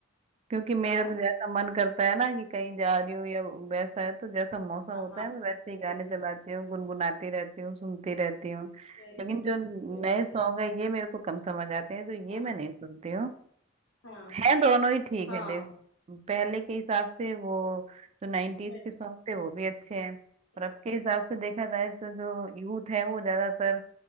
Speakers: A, on the right; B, on the left.
A: क्योंकि मेरा
B: अच्छा है।
A: तो जैसा मन करता है ना कि कहीं जा रही हूँ या वैसा है तो जैसा मौसम होता
B: हाँ हाँ
A: है मैं
B: हाँ,
A: वैसे
B: सही
A: ही गाने चलाती
B: बात
A: हूँ गुनगुनाती रहती हूँ सुनती रहती हूँ
B: सही
A: लेकिन
B: बात
A: जो
B: है, सही
A: नए
B: बात
A: सॉन्ग है ये मेरे को कम समझ आते हैं तो ये
B: है।
A: मैं
B: हाँ
A: नहीं सुनती
B: हाँ
A: है दोनों ही ठीक
B: हाँ
A: है देख पहले के हिसाब से वो जो नाइन्टीज
B: सही
A: के सॉन्ग थे वो भी अच्छे हैं और
B: सही,
A: अब के हिसाब से देखा जाए तो जो यूथ है वो ज्यादातर